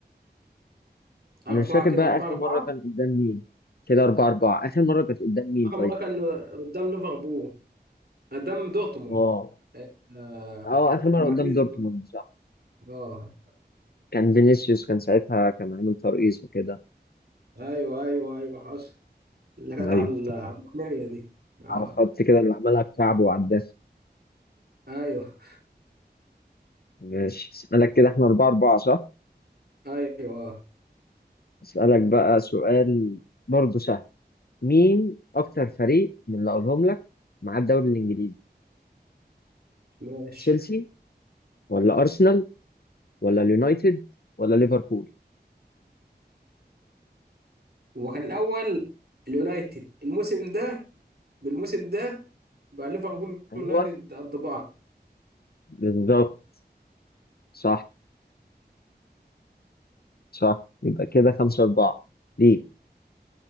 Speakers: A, on the right; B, on the left.
A: أربعة
B: انا مش فاكر بقى
A: كده أربعة
B: اخر
A: أربعة
B: مره كان قدام مين كده اربعة اربعة اخر مره كانت قدام مين
A: آخر
B: طيب
A: مرة كان قدام ليفربول قدام دورتموند
B: اه
A: آه،
B: اه اخر مره
A: أما
B: قدام
A: كسب
B: دورتموند صح
A: أه
B: كان فينيسيوس كان ساعتها كان عامل ترقيصه كده
A: أيوه أيوه أيوه حصل اللي كانت
B: ايوه
A: على الركنية
B: افتكرت.
A: دي أه
B: على خط كده اللي عملها بكعبه وعداها
A: أيوه
B: ماشي اسالك كده احنا اربعة اربعة صح
A: أيوه آه.
B: اسالك بقى سؤال برضه سهل مين اكتر فريق من اللي اقولهم لك مع الدوري الانجليزي
A: ماشي
B: تشيلسي ولا ارسنال ولا اليونايتد ولا ليفربول
A: هو كان الاول اليونايتد الموسم ده بالموسم ده بقى ليفربول
B: ايوه
A: يونايتد قد بعض
B: بالظبط صح صح يبقى كده خمسة أربعة ليك